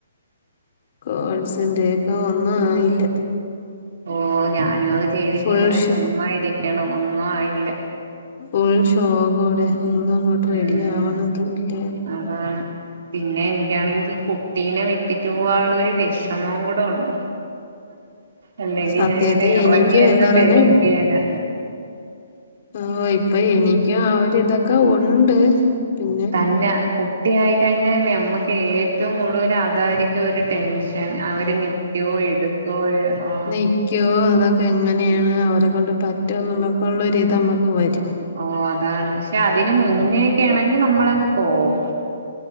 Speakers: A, on the left; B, on the right.
A: കോഴസിന്റെ ഒക്കെ ഒന്നും ആയില്ല
B: ഓ ഞാനും അത് ചെയ്തിട്ട്
A: ഫുൾ
B: ഇങ്ങനെ
A: ഷോ
B: ചുമ്മാ ഇരിക്കണം ഒന്നും ആയില്ല
A: ഫുൾ ഷോകോടെ ഒന്നും അങ്ങോട്ട് റെഡി
B: ഉം
A: ആവണതുമല്ല
B: അതാണ് പിന്നെ എനിക്കാണെങ്കി കുട്ടീനെ വിെട്ടിട്ടു പോവാനുള്ള ഒരു വിഷമവും കൂടെ ഉണ്ട് അല്ലെങ്കി
A: സത്യത്തി
B: ഞാൻ ഇങ്ങനെ ഇറങ്ങി
A: എനിക്ക്
B: അങ്ങെ
A: എന്ന് പറഞ്ഞാ
B: തരക്കയാണ്
A: ആഹ് ഇപ്പൊ എനിക്കും ആ ഒരു ഇതൊക്കെ ഉണ്ട് പിന്നെ
B: തന്നെ കുട്ടിയായി കഴിഞ്ഞാലം നമുക്ക് ഏറ്റവും കൂടുതൽ ആധരിക്ക ഒരു ടെൻഷൻ അവര് നൽക്കയോ എടുക്കോ ഓ
A: നക്കോ അതൊക്കെ എങ്ങന അവരെ കൊൊണ്ട് പറ്റുമ എന്നുള്ളൊക്കെള്ളരിത് നമ്മക്ക് വരും
B: ഓ അതാണ് പക്ഷെ അതിനന് മുന്നേക്കെ ആണെങ്കി നമ്മളങ്ങ് പോവും